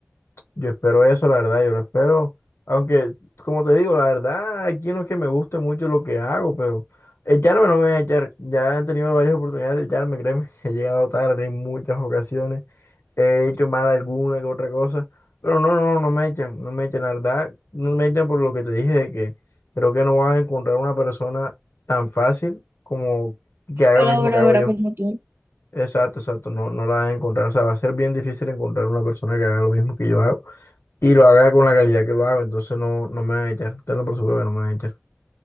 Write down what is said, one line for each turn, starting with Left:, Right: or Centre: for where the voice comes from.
Left: Yo espero eso, la verdad, yo lo espero. Aunque, como te digo, la verdad, aquí no es que me guste mucho lo que hago, pero echarme no me voy a echar. Ya han tenido varias oportunidades de echarme, créeme, <laughs> he llegado tarde en muchas ocasiones. he hecho mal alguna que otra cosa, pero no, no, no me echan, no me echan, la verdad, no me echan por lo que te dije de que creo que no vas a encontrar una persona tan fácil como que haga
Right: Colaboradora
Left: lo mismo que hago yo.
Right: como tú.
Left: Exacto, exacto, no, no la vas a encontrar, o sea, va a ser bien difícil encontrar una persona que haga lo mismo que yo hago y lo haga con la calidad que lo hago, entonces no, no me van a echar, tenlo por seguro que no me van a echar.